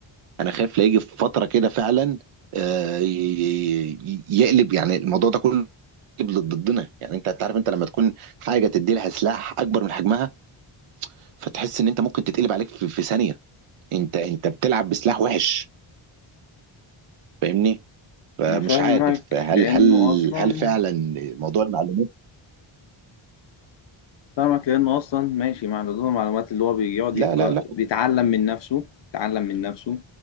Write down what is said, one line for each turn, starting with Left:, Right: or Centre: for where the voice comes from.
Right: انا خايف لا يجي في فتره كده فعلا آه، ي- ي- يقلب يعني الموضوع ده كله يقلب ضد- ضدنا يعني انت أنت عارف انت لما تكون حاجه تدي لها سلاح اكبر من حجمها فتحس ان انت ممكن تتقلب عليك في, في ثانيه انت انت بتلعب بسلاح وحش فاهمني فمش
Left: انا فاهمك
Right: عارف هل
Left: لانه
Right: هل
Left: اصلا
Right: هل فعلا موضوع المعلومات
Left: فاهمك لأنه أصلا ماشي مع نضوج المعلومات اللي هو بيقعد
Right: لا
Left: يق...
Right: لا لا
Left: بيتعلم من نفسه اتعلم من نفسه